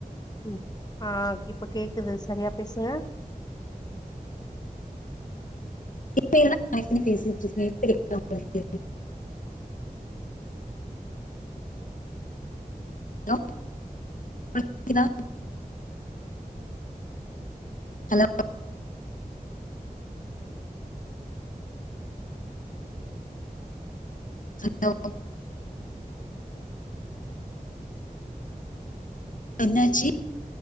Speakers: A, on the left; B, on the left.
A: ம் ஆ இப்ப கேக்குது சரியா பேசுங்க
B: இப்ப எல்லாம் காயக்கனி பேசிட்டுருக்கு <inaudible> ஹலோ ஹலோ கேக்குதா ஹலோ ஹலோ என்னாச்சி